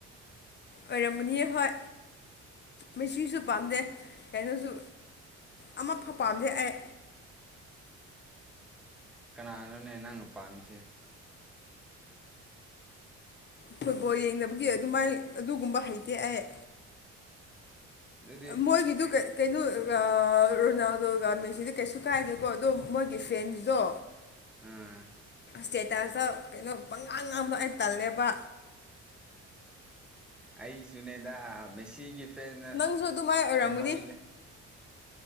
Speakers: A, on the left; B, in the centre.
A: ꯑꯣꯏꯔꯝꯒꯅꯤ ꯍꯣꯏ ꯃꯦꯁꯤꯁꯨ ꯄꯥꯝꯗꯦ ꯀꯩꯅꯣꯁꯨ ꯑꯃꯐꯥꯎ ꯄꯥꯝꯗꯦ ꯑꯩ
B: ꯀꯅꯥꯅꯣꯅꯦ ꯅꯪꯅ ꯄꯥꯝꯃꯤꯁꯦ <inaudible>
A: ꯐꯨꯠꯕꯣꯜ ꯌꯦꯡꯗꯕꯒꯤ ꯑꯗꯨꯃꯥꯏ ꯑꯗꯨꯒꯨꯝꯕ ꯍꯩꯇꯦ ꯑꯩ
B: ꯑꯗꯨꯗꯤ
A: ꯑ ꯃꯣꯏꯒꯤꯗꯨ ꯀꯩ ꯀꯩꯅꯣ ꯑ ꯑꯥ ꯔꯣꯅꯥꯜꯗꯣꯒ ꯃꯦꯁꯤꯗꯤ ꯀꯩꯁꯨ ꯀꯥꯏꯗꯦꯀꯣ ꯑꯗꯣ ꯃꯣꯏꯒꯤ ꯐꯦꯟꯁꯗꯣ
B: ꯎꯝ
A: ꯁ꯭ꯇꯦꯇꯁꯇ ꯀꯩꯅꯣ ꯄꯪꯉꯥꯡ ꯉꯥꯡꯕ ꯑꯩ ꯇꯜꯂꯦꯕꯥ
B: ꯑꯩꯁꯨꯅꯦꯗꯥ ꯃꯦꯁꯤꯒꯤ ꯄꯦꯟꯅ
A: ꯅꯪꯁꯨ ꯑꯗꯨꯃꯥꯏꯅ ꯑꯣꯏꯔꯝꯒꯅꯤ
B: ꯍꯦꯟꯃꯜꯂꯦ